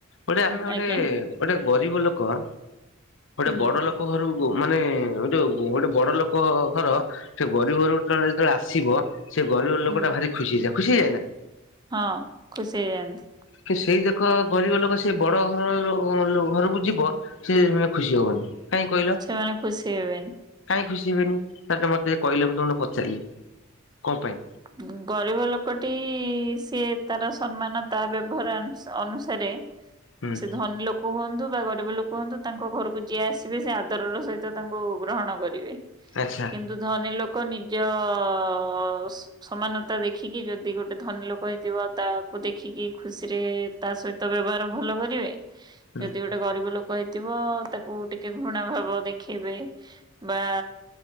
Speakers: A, on the left (about 65°); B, on the right (about 20°).
A: ଗୋଟେ ଆମେ ଗୋଟେ
B: ଆଜ୍ଞା।
A: ଗୋଟେ ଗରିବ ଲୋକ ବା ଗୋଟେ
B: ହୁଁ
A: ବଡ଼ ଲୋକ ଘରୁ ବୋଉ ମାନେ ଯୋଉ ଗୋଟେ ବଡ଼ ଲୋକ ଘର ସେ ଗରିବ ଘରୁ ଗୋଟେ ଜଣେ ଯେତୋଳେ ଆସିବ ସେ ଗରିବ ଲୋକଟା
B: ହୁଁ
A: ଭାରି ଖୁସି ହେଇଯାଏ। ଖୁସି ହେଇଯାଏ ନାଁ?
B: ହଁ, ଖୁସି ହେଇଯାନ୍ତି।
A: କି ସେଇ ଦେଖ ଗରିବ ଲୋକ ସେ ବଡ଼ ଘର ଲୋ ଲୁ ଘରୁକୁ ଯିବ ସେ ଖୁସି ହବନି। କାହିଁ କହିଲ
B: ସେମାନେ ଖୁସି ହେବେନି।
A: କାହିଁ ଖୁସି ହେବେନି। ଆଚା ମତେ କହିଲେ ମୁଁ ତମୁ ତ ପଚାରିଲି କଁ ପାଇଁ?
B: ଉଁ ଗରିବ ଲୋକଟି ସିଏ ତାର ସନ୍ମାନ ତା ବ୍ୟବହାର ଆନସ ଅନୁସ ହାରେ
A: ହୁଁ
B: ସେ ଧନୀ ଲୋକ ହୁଅନ୍ତୁ ବା ଗରିବ ଲୋକ ହୁଅନ୍ତୁ ତାଙ୍କ ଘରୁକୁ ଯିଏ ଆସିବେ ସେ ଆଦରର ସହିତ ତାଙ୍କୁ ଗ୍ରହଣ କରିବେ।
A: ଆଚ୍ଛା
B: କିନ୍ତୁ ଧନୀ ଲୋକ ନିଜ ଅ ସମାନତା ଦେଖିକି ଯଦି ଗୋଟେ ଧନୀ ଲୋକ ହେଇଥିବ ତାକୁ ଦେଖିକି ଖୁସିରେ ତା ସହିତ ବେ ହେବଆର ଭଲ କରିବେ,
A: ହୁଁ
B: ଯଦି ଗୋଟେ ଗରିବ ଲୋକ ହେ ତିବ ତାକୁ ଟିକେ ଘୃଣା ଭାବ ଦେଖେଇବେ ବା